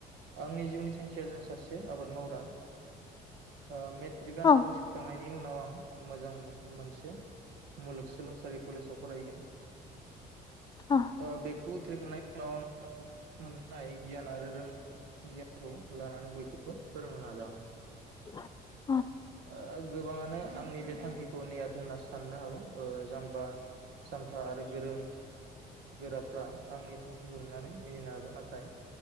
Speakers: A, on the right; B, on the left.
A: आंनि जिउनि थांखिया जा सासे आबाद मावग्रा। ओ मेट्रिक
B: औ
A: आनजाद उथ्रिखांनाय बेनि उनाव आं मोजां मोन-मोनसे मुलुगसोलोंसालि कलेजाव फरायगोन।
B: औ
A: ओ बेखौ खौ उथ्रिखांनायनि उनाव आं मोननाय गियान आरो रोंनाय गियानखौ लानानै बयखौबो फोरोंनो नाजागोन।
B: <inaudible>
A: ओ गोबाङानो आंनि बे थांखिखौ नेहाद होनना साननो हागौ ओ जाम्बा जामथा आरो गोरों-गोराफ्रा। आंनि थांखिखौ नुनानै। मिनिनो हागौ नाथाय